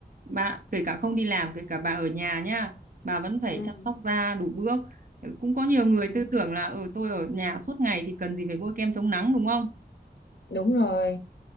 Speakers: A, on the right (about 50°); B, on the left (about 75°).
A: Bà kể cả không đi làm kể cả bà ở nhà nhá, bà vẫn phải
B: ừ,
A: chăm sóc da đủ bước. Cũng có nhiều người tư
B: ừ,
A: tưởng là ở tôi ở nhà suốt ngày thì cần gì phải bôi kem chống nắng đúng không?
B: đúng rồi